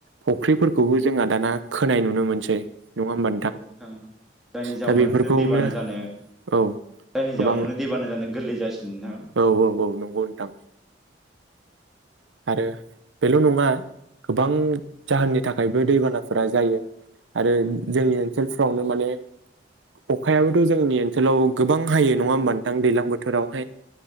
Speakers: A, on the right; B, in the centre.
A: फुख्रिफोरखौबो जोंहा दाना खोनाय नुनो मोनसै नङा होमबा
B: औ नोंथां जायनि जाउनाव
A: दा बेफोरखौनो
B: दैबाना जानो
A: औ
B: जायनि
A: गोबां
B: जाउनावनो दैबाना जानो गोरलै जासिनो नोंथाङा
A: औ औ औ नंगौ नोंथां आरो बेल' नङा गोबां जाहोननि थाखायबो दैबानाफोरा जायो आरो जोंनि ओनसोलफ्रावनो माने अखायाबोथ' जोंनि ओनसोलाव गोबां हायो नङा होमबा नोंथां दैज्लां बोथोरावहाय
B: औ